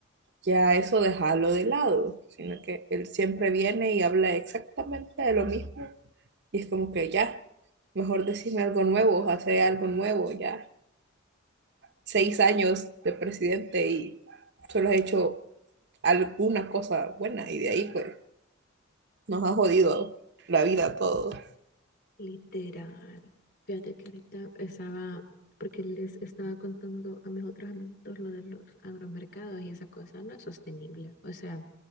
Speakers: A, on the right; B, on the left.
A: Ya eso déjalo de lado, sino que él siempre viene y habla exactamente de lo mismo y es como que ya, mejor decime algo nuevo, hace algo nuevo, ya. seis años de presidente y solo has hecho alguna cosa buena y de ahí pues nos ha jodido la vida a todos.
B: Literal. Fíjate que ahorita estaba, porque les estaba contando a mis otros amiguitos lo de los agromercados y esa cosa no es sostenible. O sea,